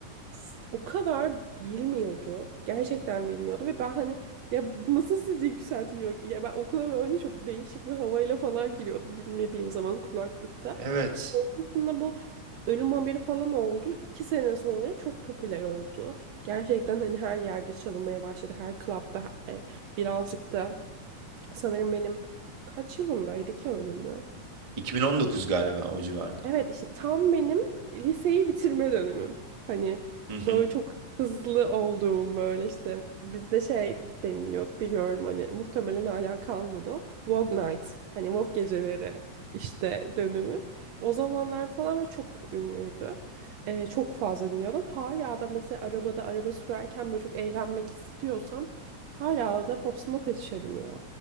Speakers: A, on the right (about 70°); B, on the right (about 25°).
A: s- o kadar bilmiyordu. Gerçekten bilmiyordu ve ben hani ya bu <laughs> nasıl sizi yükseltmiyor ki? Ya ben okula böyle çok değişik bir havayla falan giriyordum dinlediğim zaman kulaklıkta.
B: Evet.
A: Sonrasında bu ölüm haberi falan oldu. İki sene sonra çok popüler oldu. Gerçekten hani her yerde çalınmaya başladı. Her klapta e, birazcık da sanırım benim kaç yılındaydı ki ölümü?
B: 2019 galiba o civarda.
A: Evet işte tam benim liseyi bitirme dönemim. Hani
B: Hı hı.
A: böyle çok hızlı olduğum böyle işte bizde şey deniliyor bilmiyorum hani muhtemelen hala kalmadı o. Vogue Nights hani Vogue geceleri işte dönemi. O zamanlar falan ve çok ünlüydü. Ee, çok fazla dinliyordum. Hala da mesela arabada araba sürerken böyle çok eğlenmek istiyorsam hala da Pop Smoke açarım ya.